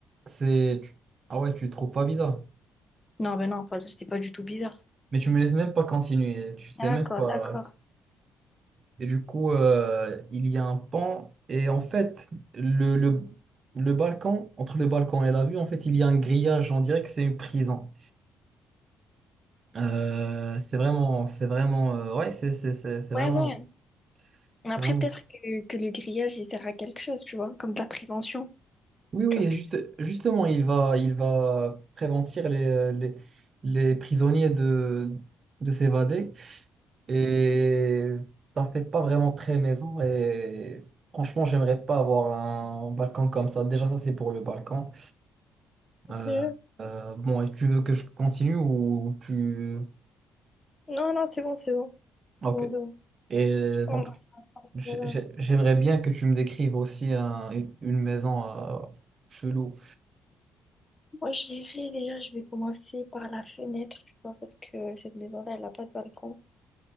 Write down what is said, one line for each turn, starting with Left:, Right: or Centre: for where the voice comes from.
Right: c'est, tu- ah ouais, tu le trouves pas bizarre.
Left: Non, ben non, pas- c'est pas du tout bizarre.
Right: Mais tu me laisses même pas continuer, tu sais
Left: D'accord,
Right: même pas.
Left: d'accord.
Right: Et du coup, euh, il y a un pont. Et en fait, le, le, le balcon, entre le balcon et la vue, en fait, il y a un grillage. On dirait que c'est une prison. Euh, c'est vraiment, c'est vraiment, euh, ouais, c'est c'est- c'est- c'est vraiment,
Left: Ouais, ouais.
Right: c'est
Left: Mais Après,
Right: vraiment.
Left: peut-être que, que le grillage, il sert à quelque chose, tu vois, comme de la prévention.
Right: Oui, oui,
Left: Tu vois ce que...
Right: juste, justement, il va, il va prévenir les, euh, les, les prisonniers de, de s'évader et ça fait pas vraiment très maison et franchement, j'aimerais pas avoir un balcon comme ça. Déjà, ça, c'est pour le balcon.
Left: Ok.
Right: Euh, euh, bon, et tu veux que je continue ou tu...
Left: Non, non, c'est bon, c'est bon.
Right: Ok.
Left: C'est bon, c'est bon.
Right: Et
Left: Je commence.
Right: donc J'ai-
Left: Voilà.
Right: j'ai- J'aimerais bien que tu me décrives aussi un- une une maison euh, chelou.
Left: Moi, je dirais déjà, je vais commencer par la fenêtre, tu vois, parce que cette maison-là, elle n'a pas de balcon.